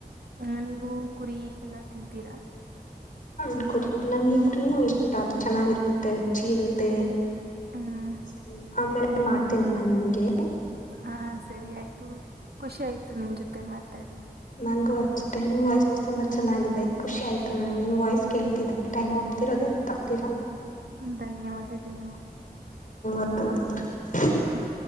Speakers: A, on the right (about 80°); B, on the left (about 55°).
A: ಹ್ಮ ನೀವು ಕುರಿ ಎಲ್ಲಾ ತಿಂತೀರಾ.
B: ನ ಕುರಿ ನನ್ಗೆ ಈ ಕುರಿನು ಇಷ್ಟ ಅದು ಚೆನ್ನಾಗಿರುತ್ತೆ ರುಚಿ ಇರುತ್ತೆ
A: ಹ್ಮ್
B: ಸರಿ ಆಮೇಲೆ ಮಾಡ್ತೇನೆ ನಾ ನಿಮಗೆ.
A: ಹಾ ಸರಿ ಆಯ್ತು ಖುಷಿ ಆಯ್ತು ನಿನ್ ಜೊತೆ ಮಾತಾಡಿ.
B: ನನ್ಗೂ ಅಷ್ಟೇ ನಿಮ್ ವಾಯ್ಸ್ ತುಂಬಾ ಚೆನ್ನಾಗಿದೆ ಖುಷಿ ಆಯ್ತು ನಂಗ ನಿಮ್ ವಾಯ್ಸ್ ಕೇಳ್ತಿದ್ದ ಟೈಮ್ ಒಗ್ತಿರೋಧೆ ಗೋತಗ್ತಿಲ್ಲಾ.
A: ಧನ್ಯವಾದಗಳು.
B: ಹ.
A: ಹ್ಮ್.